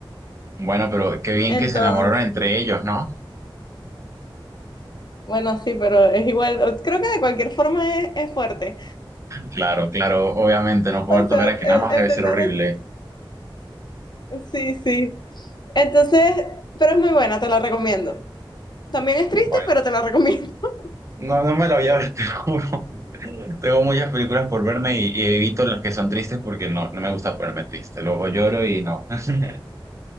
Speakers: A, on the right (about 35°); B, on the left (about 50°).
A: Bueno, pero qué bien
B: Entonces,
A: que se enamoraron entre ellos, ¿no?
B: bueno, sí, pero es igual, creo que de cualquier forma es, es fuerte.
A: Claro, claro, obviamente, no poder
B: O
A: tocar
B: sea,
A: aquí nada
B: el,
A: más
B: el
A: debe
B: tener
A: ser horrible.
B: Sí, sí. Entonces, pero es muy buena, te la recomiendo. También es triste,
A: Bueno.
B: pero te la recomiendo. <laughs>
A: No, no me la voy a ver, <laughs> te juro. Tengo muchas películas por verme y, y evito las que son tristes porque no, no me gusta ponerme triste. Luego lloro y no. <laughs>